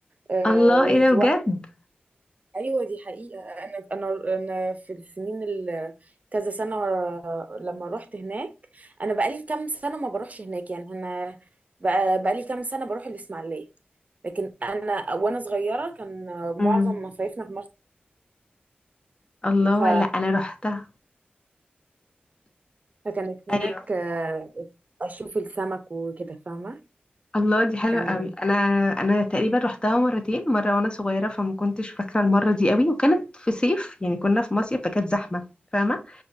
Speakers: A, on the right; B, on the left.
A: آه
B: الله
A: وانت
B: ايه ده
A: واقفة
B: بجد
A: ايوه دي حقيقة انا انا انا في السنين ال... كذا سنة ورا- لما رحت هناك انا بقالي كام سنة ما بروحش هناك يعني انا بقى- بقالي كام سنة بروح الاسماعيلية لكن انا وانا صغيرة كان معظم
B: امم
A: مصايفنا في مصر
B: الله
A: ف...
B: لا انا روحتها
A: فكانت هناك
B: ايوه
A: آه، اشوف السمك وكده فاهمة
B: الله دي حلوه
A: كان
B: قوي انا انا تقريبا روحتها مرتين مره وانا صغيره فما كنتش فاكره المره دي قوي وكانت في صيف يعني كنا في مصيف فكانت زحمه فاهمه